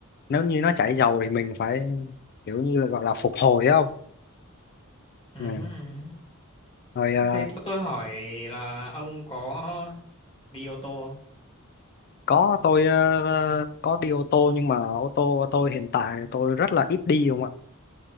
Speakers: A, on the left; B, on the left.
A: nếu như nó chảy dầu thì mình phải kiểu như là gọi là phục hồi ấy không
B: ừ
A: ừ.
B: hứ, ừ hứ.
A: rồi ờ,
B: thế cho tôi hỏi là ông có đi ô tô không
A: có tôi ờ, có đi ô tô nhưng mà ô tô của tôi hiện tại tôi rất là ít đi không ạ